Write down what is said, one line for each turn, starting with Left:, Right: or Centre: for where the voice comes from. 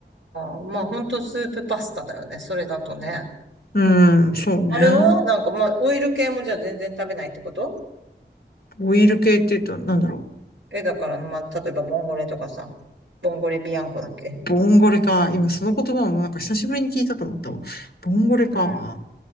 Right: あまあ、ほんとスープパスタだよね。それだとね。
Left: うん、そうね。
Right: あれはなんか、まあ、オイル系もじゃあ全然食べないってこと
Left: オイル系って言うと、なんだろ
Right: え、だから、まあ、例えば、ボンゴレとかさ、ボンゴレビアンコだっけ
Left: う。ボンゴレか。今その言葉もなんか久しぶりに聞いたと思ったわ。ボンゴレか。
Right: うん、